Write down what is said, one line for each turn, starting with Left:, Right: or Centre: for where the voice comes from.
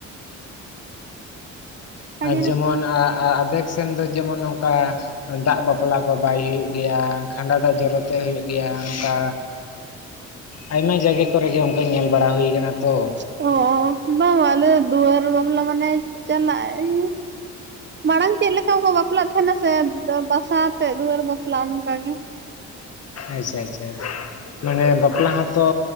Right: ᱟᱹᱰᱤ
Left: ᱟᱨ ᱡᱮᱢᱚᱱ
Right: ᱨᱚᱠᱚᱢ
Left: ᱟ ᱟᱫᱮᱠ ᱥᱮᱱ ᱫᱚ ᱡᱮᱢᱚᱱ ᱱᱚᱝᱠᱟ ᱫᱟᱜ ᱵᱟᱯᱞᱟ ᱠᱚ ᱵᱟᱭ ᱦᱩᱭᱩᱜ ᱜᱮᱭᱟ ᱠᱷᱟᱸᱰᱟ ᱫᱟᱜ ᱡᱚᱨᱚ ᱛᱮ ᱦᱩᱭᱩᱜ ᱜᱮᱭᱟ ᱱᱚᱝᱠᱟ ᱟᱭᱢᱟ ᱡᱟᱭᱜᱟ ᱠᱚᱨᱮ ᱜᱮ ᱚᱱᱠᱟ ᱧᱮᱞ ᱵᱟᱲᱟ ᱦᱩᱭ ᱠᱟᱱᱟ ᱛᱚ
Right: ᱚ ᱵᱟᱝ ᱟᱞᱮ ᱫᱩᱣᱟᱹᱨ ᱵᱟᱟᱢᱞᱟ ᱢᱟᱱᱮ ᱪᱟᱞᱟᱜ ᱭᱩ ᱢᱟᱲᱟᱝ ᱪᱮᱫ ᱞᱮᱠᱟ ᱠᱚ ᱵᱟᱯᱞᱟᱜ ᱛᱟᱦᱮᱱᱟ ᱥᱮ ᱵᱟᱥᱟᱛᱮᱜ ᱫᱩᱣᱟᱹᱨ ᱵᱟᱯᱞᱟᱜᱼᱟ ᱱᱚᱝᱠᱟᱜ ᱜᱮ
Left: ᱟᱪᱷᱟ ᱟᱪᱷᱟ ᱢᱟᱱᱮ ᱵᱟᱯᱞᱟ ᱦᱚᱸᱛᱚ